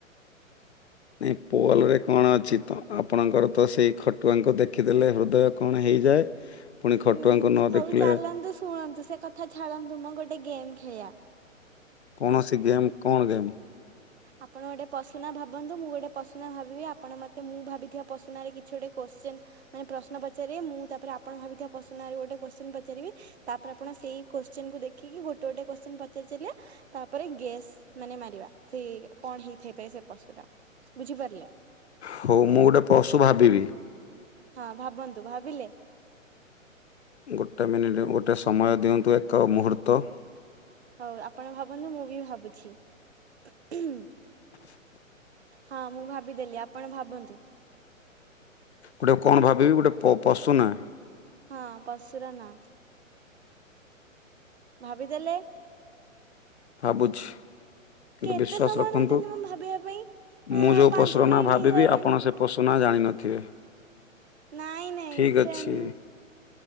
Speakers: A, on the right; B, on the left.
A: <inaudible>
B: ନାଇଁ ପୋଲ ରେ କଣ ଅଛି ତ ଆପଣଙ୍କର ତ ସେଇ ଖଟୁଆଙ୍କୁ ଦେଖିଦେଲେ ହୃଦୟ କଣ ହେଇଯାଏ। ପୁଣି ଖଟୁଆଙ୍କୁ
A: ହୁଁ
B: ନ
A: ହଉ
B: ଦେଖିଲେ
A: ଚାଲନ୍ତୁ ଶୁଣନ୍ତୁ ସେ କଥା ଛାଡନ୍ତୁ ମୁଁ ଗୋଟେ ଗେମ୍ ଖେଳିଆ।
B: କୌଣସି ଗେମ୍ କଣ ଗେମ୍?
A: ଆପଣ ଗୋଟେ ପଶୁନା ଭାବନ୍ତୁ ମୁଁ ଗୋଟେ ପଶୁନା ଭାବିବି ଆପଣ ମତେ ମୁଁ ଭାବିଥିବା ପଶୁନାରେ କିଛି ଗୋଟେ କୋଶ୍ଚିନ ମାନେ ପ୍ରଶ୍ନ ପଚାରିବେ ମୁଁ ତାପରେ ଆପଣ ଭାବିଥିବା ପଶ୍ନରେ ଗୋଟେ କୋଶ୍ଚିନ ପଚାରିବି? ତାପରେ ଆପଣ ସେଇ କୋଶ୍ଚିନ କୁ ଦେଖିକି ଗୋଟେ ଗୋଟେ କୋଶ୍ଚିନ ପଚାରିଚାଲିଲେ ତାପରେ ଗେସ୍ ମାନେ ମାରିବା ସେ କଣ ହେଇଥାଇପାରେ ସେ ପଶୁ ଟା ବୁଝିପାରିଲେ?
B: ହଉ ମୁଁ ଗୋଟେ ପଶୁ ଭାବିବି।
A: ହଁ ଭାବନ୍ତୁ ଭାବିଲେ?
B: ଗୋଟେ ମିନିଟ୍ ଗୋଟେ ସମୟ ଦିଅନ୍ତୁ ଏକ ମୁହୂର୍ତ୍ତ?
A: ହଉ ଆପଣ ଭାବନ୍ତୁ ମୁଁ ବି ଭାବୁଛି ହୁଁ।
B: <inaudible>
A: ହଁ ମୁଁ ଭାବିଦେଲି ଆପଣ ଭାବନ୍ତୁ?
B: ଗୋଟେ କଣ ଭାବିବି ଗୋଟେ ପ ପଶୁ ନାଁ।
A: ହଁ ପଶୁର ନାଁ। ଭାବିଦେଲେ
B: ଆ ବୁଝି କିନ୍ତୁ
A: କେତେ
B: ବିଶ୍ଵାସ
A: ସମୟ
B: ରଖନ୍ତୁ
A: ନଉଛନ୍ତି ମ ଭାବିବା ପାଇଁ। ହଁ
B: ମୁଁ ଯୋଉ
A: ପାଞ୍ଚ
B: ପଶୁ ର
A: ମିନିଟ୍
B: ନା ଭାବିବି
A: ହେଇସାରିଲାଣି
B: ଆପଣ ସେ ପଶୁନା ଜାଣିନଥିବେ।
A: ନାଇଁ ନାଇଁ
B: ଠିକ୍
A: ସେମ
B: ଅଛି